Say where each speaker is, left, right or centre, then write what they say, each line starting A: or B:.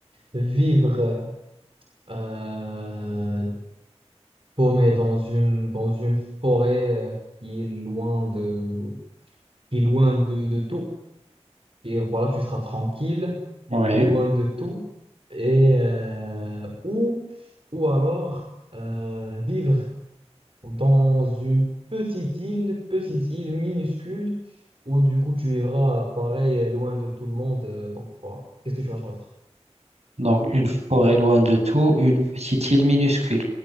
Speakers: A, on the right; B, on the right.
A: vivre euh, paumé dans une, dans une forêt euh, qui est loin de, qui est loin de, de tout. Et voilà, tu seras tranquille,
B: ouais.
A: mais loin de tout. Et, euh, ou, ou alors euh, vivre dans une petite île, petite île minuscule, où du coup tu vivras pareil, euh, loin de tout le monde. euh, Donc voilà, qu'est-ce que tu vas choisir?
B: Donc une forêt loin de tout, une petite île minuscule.